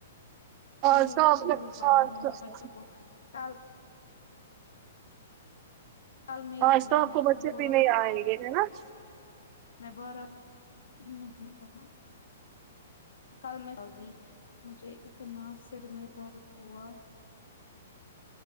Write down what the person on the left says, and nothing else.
اسکول
اسکول
پڑھانا
ہے بچوں کو کل کل میری
میں
میں نے
بولا
نا
میں بارہ نہیں کہاں کل میں جاگی مجھے اتنا سر میں درد ہوا